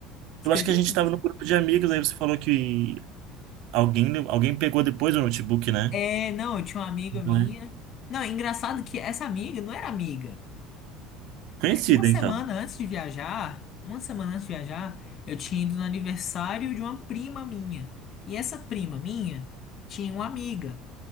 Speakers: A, on the left; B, on the right.
A: Você
B: eu
A: acredita?
B: acho que a gente estava num grupo de amigos, aí você falou que alguém, alguém pegou depois o notebook, né?
A: É, não, eu tinha uma amiga minha.
B: Não é?
A: Não, é engraçado que essa amiga não era amiga.
B: Conhecida,
A: É, uma semana
B: então.
A: antes de viajar, uma semana antes de viajar, eu tinha ido no aniversário de uma prima minha. E essa prima minha tinha uma amiga.